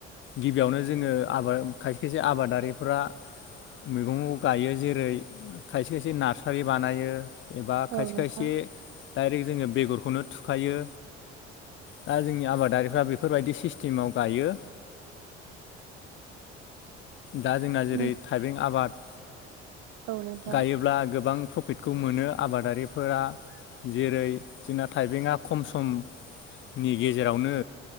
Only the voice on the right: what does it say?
औ नोंथां
नों
औ नोंथां